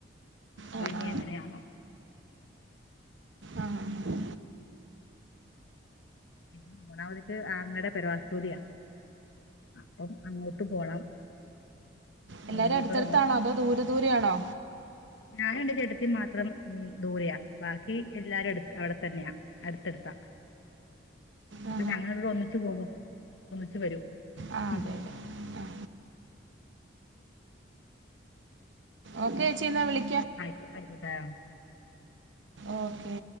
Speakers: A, on the left; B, on the right.
A: പ്പഞി
B: ആ ആ
A: എങ്ങനാണോ
B: ആ ഹാ ഹാ ഹാ
A: പിന്നെ അവടെ അവർക്ക് അങ്ങളടെ പെരവാർപ്പൂടിയാ ആഹ് അപ്പം അങ്ങോട്ട് പോണം
B: എല്ലാരും
A: അതുകൊണ്ട്
B: അടുത്തടുത്തണോ
A: ഇപ്പൊ
B: അതോ ദൂരെ ദൂരെ ആണോ
A: ഞാനും എന്റെ ചേട്ടത്തിയും മാത്രം ഉം ദുരെയാ ബാക്കി എല്ലാരും അടുത്ത് അവിടെ തന്നെയാ അടുത്തടുത്താ
B: ആ
A: ഞങ്ങൾ രണ്ടു ഒന്നിച്ചു പോകും ഒന്നിച്ചുവരും
B: ആ അതെ
A: ഉം
B: അതെ ആ ഒക്കെച്ചി എന്നാവിളി-
A: ആയിക്കോട്ടെ ആയിക്കോട്ടെ
B: ഒക്കെ